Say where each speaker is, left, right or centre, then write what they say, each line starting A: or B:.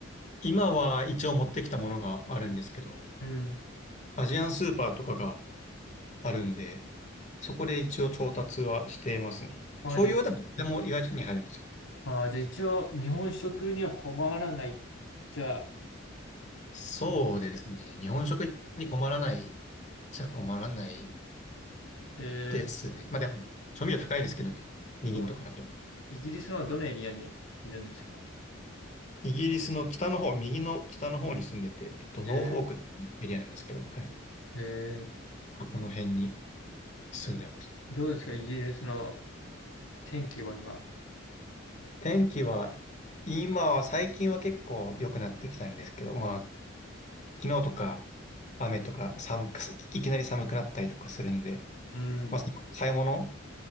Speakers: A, on the left (about 35°); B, on the left (about 80°).
A: 今は一応持ってきたものがあるんですけど、
B: うん。
A: アジアンスーパーとかがあるんで、そこで一応調達はしていますね。
B: まあ、
A: 醤油はでも、
B: じゃ
A: でも意外と手に入るんですよ。
B: あ、あー、じゃあ一応、日本食には困らない。じゃあ、
A: そうですね。
B: 困
A: 日本食に困らないっちゃ困らない
B: えー、
A: ですね。まあでも、調味料高いですけどね。
B: そうです。
A: みりんとかだと。
B: イギリスのどのエリアにいるんですか
A: イギリスの北の方、右の北の方に住んでて、えっと、
B: え
A: ノーフォークっていうエリアなんですけど、はい。
B: ー、えー
A: ここの辺に住んでます。
B: どうですかイギリスの天気は今。
A: 天気は、今は、最近は結構良くなってきたんですけど、まあ、昨日とか雨とか寒く、いきなり寒くなったりとかするんで、
B: うん。
A: まあ、その買い物